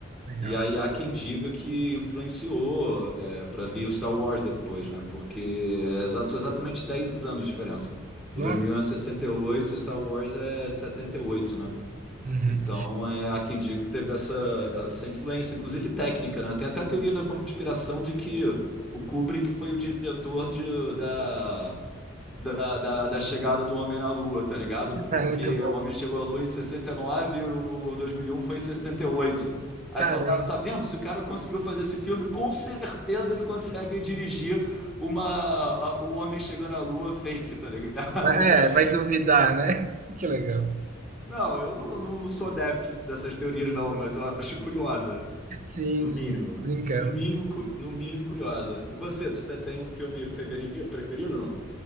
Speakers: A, on the right; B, in the centre.
A: Legal.
B: E aí há quem diga que influenciou é, para vir o Star Wars depois, né? Porque é exa- são exatamente 10 anos de diferença.
A: Nossa.
B: O 2001 é 68, o Star Wars é de 78, né?
A: Uhum.
B: Então é, há quem diga que teve essa, essa influência, inclusive técnica, né? Tem até a teoria da conspiração de que o Kubrick foi o diretor de, da da, da, da chegada do homem na Lua, tá ligado? Porque
A: Ah, muito bom.
B: o homem chegou à Lua em sessenta e nove e o 2001 foi em sessenta e oito Aí
A: Caramba.
B: falaram, tá vendo? Se o cara conseguiu fazer esse filme, com certeza ele consegue dirigir uma a- o homem chegando à Lua fake, tá ligado? <laughs>
A: Vai- É, vai duvidar, né? <laughs> Que legal.
B: Não, eu não, não, não sou adepto dessas teorias não, mas eu acho curiosa,
A: Sim,
B: no
A: sim,
B: mínimo.
A: brincando.
B: No mínimo, cu- no mínimo curiosa. E você, tu tem tem um filme preferi- preferido, não?